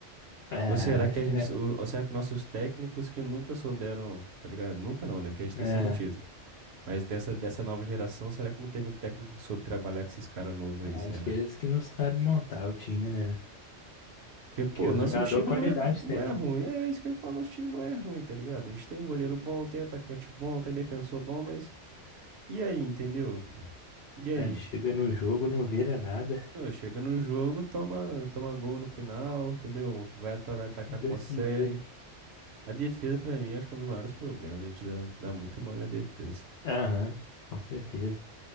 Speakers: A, on the left; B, on the right.
A: É,
B: Ou será
A: acho
B: que a gente,
A: que né?
B: ou, ou será que nossos técnicos que nunca souberam, tá ligado? Nunca não, né? Porque a gente
A: É,
B: tem cinco títulos. Mas dessa, dessa nova geração, será que não teve um técnico que soube trabalhar com esses caras novos aí,
A: acho
B: será?
A: que é eles que não sabem montar o time, né?
B: Porque, pô,
A: Porque os
B: nosso
A: jogadores
B: time
A: qualidade
B: não é, não
A: tem.
B: é ruim. É isso que eu ia falar, nosso time não é ruim, tá ligado? A gente tem um goleiro bom, tem atacante bom, tem defensor bom, mas. E aí, entendeu? E aí?
A: Aí chega no jogo, não vira nada.
B: Ô, chega no jogo, toma, toma gol no final, entendeu? Vai, ata- vai atacar,
A: Desse
B: não consegue.
A: jeito.
B: A defesa, pra mim, acho que é um dos maiores problemas. A gente dá, dá muito mole na defesa.
A: Aham, com certeza.